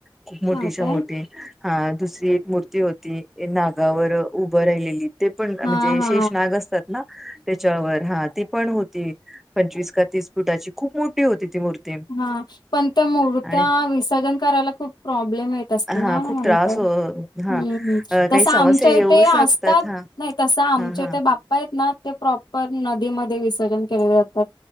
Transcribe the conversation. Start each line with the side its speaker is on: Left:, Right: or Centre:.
Centre: खूप मोठीच्या
Left: हा काय
Centre: मोठी हा दुसरी एक मूर्ती होती ते नागावर उभं राहिलेली. ते पण
Left: हा
Centre: म्हणजे
Left: हा
Centre: शेष नाग असतात ना त्याच्यावर हा ती पण होती पंचवीस का तीस फुटाची खूप मोठी होती ती मूर्ती.
Left: हा पण त्या मूर्त्या
Centre: आणि
Left: विसर्जन करायला खूप प्रॉब्लेम येत.
Centre: हा
Left: ना
Centre: खूप
Left: नाहीतर
Centre: त्रास हो हा
Left: हम्म
Centre: अ,
Left: हम्म
Centre: काही
Left: तसं आमच्या
Centre: समस्या येऊ
Left: इथे
Centre: शकतात
Left: असतात.
Centre: हा
Left: नाही तसं आमचे
Centre: हा हा
Left: ते बाप्पा आहेत ना ते प्रॉपर नदीमध्ये विसर्जन केले जातात